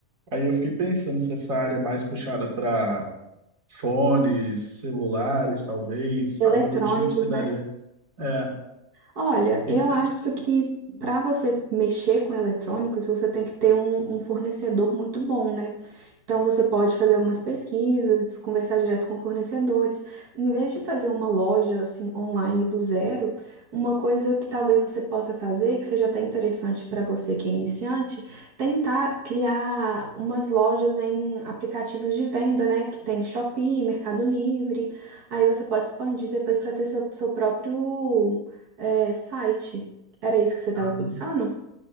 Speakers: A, on the right; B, on the right.
A: Aí eu fiquei pensando se essa área é mais puxada para fones, celulares, talvez,
B: Eletrônicos,
A: algo do tipo se daria.
B: né?
A: É, o
B: Olha,
A: que
B: eu
A: que você
B: acho
A: acha?
B: que para você mexer com eletrônicos, você tem que ter um um fornecedor muito bom, né? Então, você pode fazer algumas pesquisas, conversar direto com fornecedores. Em vez de fazer uma loja assim online do zero, uma coisa que talvez você possa fazer, que seja até interessante para você que é iniciante, tentar criar umas lojas em aplicativos de venda, né? Que tem Shopee, Mercado Livre. Aí você pode expandir depois para ter seu, seu próprio, eh, site. Era isso que você estava
A: Ah,
B: pensando?